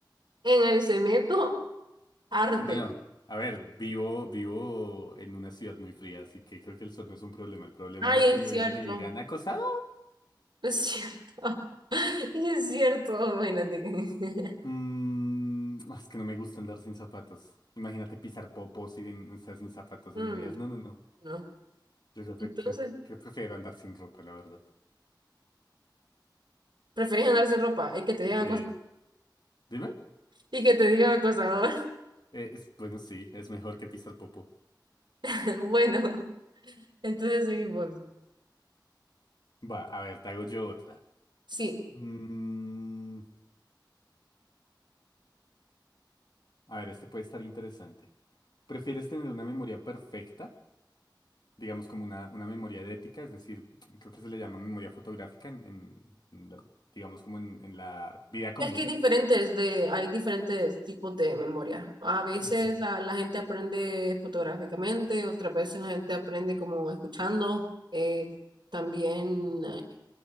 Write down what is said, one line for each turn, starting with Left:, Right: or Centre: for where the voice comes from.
Right: en el cemento, arde.
Left: Bueno, a ver, vivo, vivo en una ciudad muy fría, así que creo que el sol no es un problema. El problema
Right: Ay,
Left: es que
Right: es
Left: me vean
Right: cierto,
Left: y digan, acosador.
Right: es cierto. <laughs> Y es cierto, imagínate. <laughs>
Left: Mm, <laughs> es que no me gusta andar sin zapatos. Imagínate pisar popos sin, o sea, sin zapatos
Right: Mm.
Left: en medias. No, no, no.
Right: No.
Left: Yo creo
Right: Entonces,
Left: que, creo que que prefiero andar sin ropa, la verdad.
Right: preferís andar sin ropa y que te digan
Left: Sí.
Right: acosador.
Left: Dime.
Right: Y que te digan acosador.
Left: Eh, es, bueno, sí, es mejor que pisar popo.
Right: <laughs> Bueno, entonces seguimos.
Left: Va, a ver, te hago yo otra.
Right: Sí,
Left: Mm, a ver, este puede estar interesante. ¿Prefieres tener una memoria perfecta? digamos, como una, una memoria de ética, es decir, creo que se le llama memoria fotográfica en, en- en la- digamos, como en, en la vida común.
Right: es que hay diferentes, de, hay diferentes tipos de memoria. A veces
Left: Ok.
Right: la, la gente aprende fotográficamente, otras veces la gente aprende como escuchando, eh, también eh,